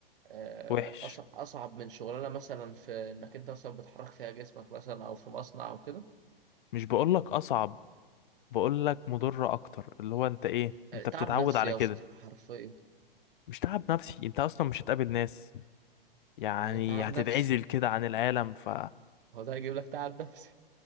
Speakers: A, on the right (about 65°); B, on the left (about 60°).
A: آه،
B: وحش
A: أص- اصعب من شغلانه مثلا في انك انت مثلا بتحرك فيها جسمك مثلا او في مصنع او كده
B: مش بقولك اصعب بقول لك مضرة اكتر اللي هو انت ايه
A: آه،
B: انت
A: تعب
B: بتتعود
A: نفسي
B: على
A: يا
B: كده
A: اسطى حرفيا
B: مش تعب نفسي انت اصلا مش هتقابل ناس يعني
A: هو ده تعب
B: هتتعزل
A: نفسي
B: كده عن العالم ف
A: هو ده هيجيب لك تعب نفسي